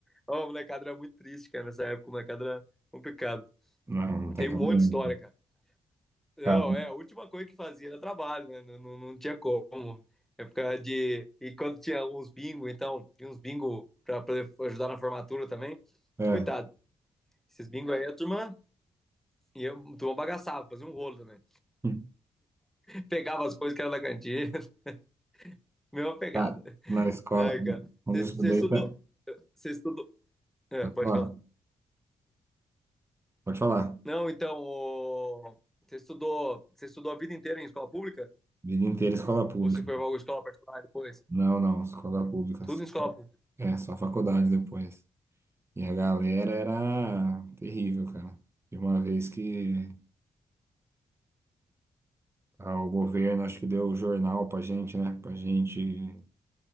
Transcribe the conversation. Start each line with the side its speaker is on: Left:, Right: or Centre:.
Centre: Ó, o molecada era muito triste, cara, nessa época. O molecada era complicado.
Right: Não, não tem
Centre: Tem
Right: caminho.
Centre: um monte de história, cara. Não,
Right: Cara,
Centre: é, a última coisa que fazia era trabalho, né? Não, não, não tinha como. Época de. E quando tinha uns bingo, então, tinha uns bingo pra, pra ajudar na formatura também.
Right: Cara,
Centre: Coitado, esses bingo aí, a turma e eu, a turma bagaçava, fazia um rolo também.
Right: é. <laughs>
Centre: <laughs> Pegava as coisas que era da cantina, <laughs> mesma pegada.
Right: Cara, na escola,
Centre: Ai, cara.
Right: onde
Centre: Você
Right: eu estudei,
Centre: estudou.
Right: tá-
Centre: Você estudou. É,
Right: pode
Centre: pode
Right: falar,
Centre: falar.
Right: pode falar.
Centre: Não, então, o- você estudou, você estudou a vida inteira em escola pública?
Right: Vida inteira escola pública.
Centre: Ou você foi para alguma escola particular depois?
Right: Não, não, escola pública.
Centre: Tudo
Right: assim.
Centre: em escola pública.
Right: É, só faculdade depois. E a galera era terrível, cara. Tem uma vez que ah, o governo acho que deu o jornal pra gente, né? Pra gente